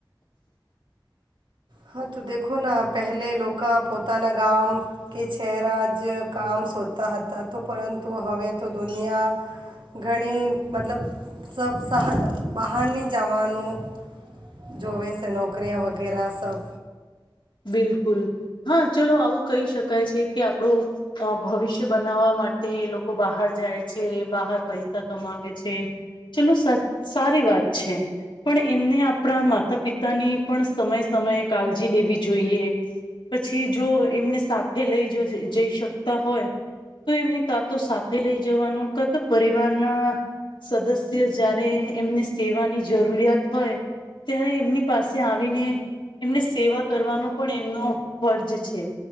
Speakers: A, on the right (about 70°); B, on the left (about 70°).
A: હા તો દેખો પહેલે લોકો પોતાના ગામ કે ચહેરા જ કામ શોધતા હતા તો પરંતુ હવે તો દુનિયા ઘણી મતલબ સબ સહ બહારની જવાનું જોવે છે નોકરીિયા વગેરે સબ
B: બિલકુલ હા ચલો આવું કહી શકાય છે કે આપણો ભવિષ્ય બનાવવા માટે લોકો બહાર જાય છે બહાર પૈસા કમાવે છે ચલો સારી વાત છે પણ એમને આપણા માતા પિતાની પણ સમય સમયે કાળજી લેવી જોઈએ પછી જો એમને સાથે લઈ જ જઈ શકતા હોય તો એમને કા તો સાથે લઈ જવાનું કા તો પરિવારના સદસ્ય જય્યારે એમને સેવાની જરૂરિયાત હોય ત્યારે એમની પાસે આવીને એમને સેવા કરવાનો પણ એમનો ફરજ છે